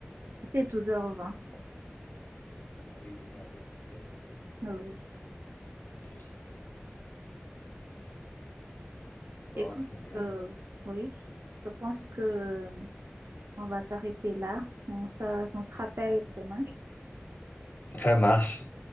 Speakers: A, on the right; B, on the left.
A: c'est 12h20.
B: Ah oui, une heure 02 décalage.
A: Oui.
B: C'est Juste. Bon,
A: Écoute,
B: c'est bien
A: euh,
B: ça.
A: oui, je pense que on va s'arrêter là. On, se- on se rappelle demain.
B: ça marche.